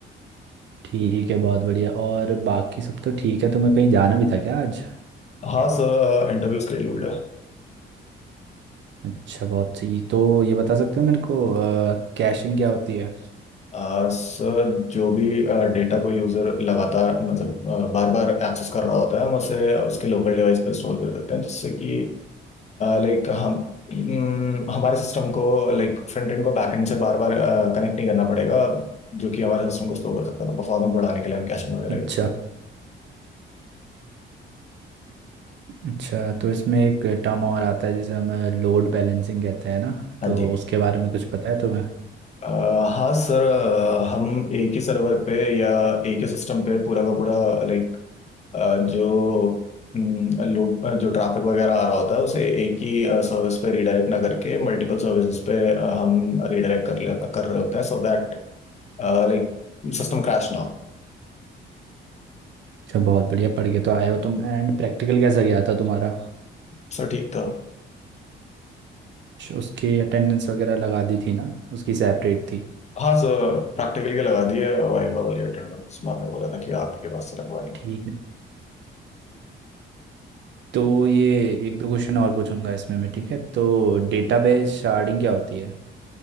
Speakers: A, on the right (about 65°); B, on the left (about 35°).
A: ठीक है बहुत बढ़िया और बाकी सब तो ठीक है तुम्हें कहीं जाना भी था क्या आज
B: हाँ सर इंटरव्यू स्केड्यूल्ड है
A: अच्छा बहुत सही तो ये बता सकते हो मेरे को कैशिंग क्या होती है
B: अ, सर जो भी डेटा कोई यूजर लगातार मतलब बार बार एक्सेस कर रहा होता है हम उसे उसके लोकल डिवाइस पे स्टोर कर देते हैं जिससे कि लाइक हम हम्म, हमारे सिस्टम को लाइक फ्रंट एंड को बैक एंड से बार बार कनेक्ट नहीं करना पड़ेगा जो कि हमारे सिस्टम को स्लो कर सकता है तो परफॉर्मेंस बढ़ाने के लिए हम कैशन वगैरह
A: अच्छा
B: यूज़ करते
A: अच्छा तो इसमें एक टर्म और आता है जिसे हम लोड बैलेंसिंग कहते हैं ना
B: हैं
A: तो
B: हाँ जी
A: उसके बारे में कुछ पता है तुम्हें
B: अ, हाँ सर अ, हम एक ही सर्वर पे या एक ही सिस्टम पे पूरा का पूरा लाइक जो हम्म, लोग अ, जो ट्रैफिक वगैरह आ रहा होता है उसे एक ही सर्विस पे रिडायरेक्ट ना करके मल्टीपल सर्विसेज पे अ, हम रिडायरेक्ट कर ले- कर रहे होते हैं so that like system crash ना हो
A: अच्छा बहुत बढ़िया पढ़ के तो आए हो तुम एंड प्रैक्टिकल कैसा गया था तुम्हारा
B: सर ठीक था
A: श- उसकी अटेंडेंस वगैरह लगा दी थी ना उसकी सेपरेट थी
B: हाँ सर प्रैक्टिकल के लगा दिए वाइवा वाली अटेंडेंस मैम ने बोला था कि आप ही के पास से लगवानी है।
A: ठीक है तो ये एक दो क्वेश्चन और पूछूंगा इसमें मैं ठीक है तो डेटाबेस शार्डिंग क्या होती है